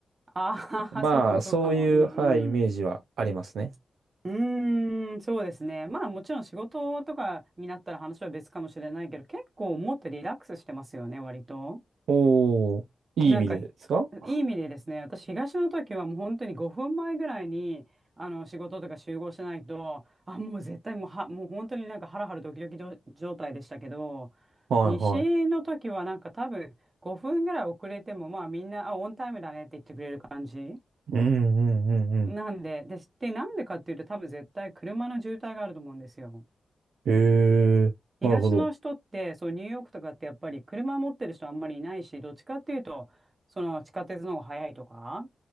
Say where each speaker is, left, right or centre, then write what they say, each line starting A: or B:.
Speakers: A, on the right; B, on the right.
A: ああ、
B: まあ、
A: そうかもそうかも。
B: そういう、
A: うん
B: はい、イメージはありますね。
A: うん。うーん、そうですね。まあもちろん仕事とかになったら話は別かもしれないけど、結構もっとリラックスしてますよね、割と。
B: おー、いい意味でですかは
A: なんか、ひいい意味でですね、私、東の時はもう本当に5分前ぐらいに、あの、仕事とか集合しないと、あ、もう絶対もうは、もう本当になんかハラハラドキドキど状態でしたけど、
B: いは
A: 西の時はなんか多分5分ぐらい遅れても、まあみんな、あ、オンタイムだねって言ってくれる感じ。
B: い。うんうんうんうん。
A: なんで、で、で、なんでかっていうと多分絶対車の渋滞があると思うんですよ。
B: へえ、
A: 東の人って、
B: なるほど。
A: そう、ニューヨークとかってやっぱり車持ってる人あんまりいないし、どっちかっていうと、その地下鉄の方が早いとか、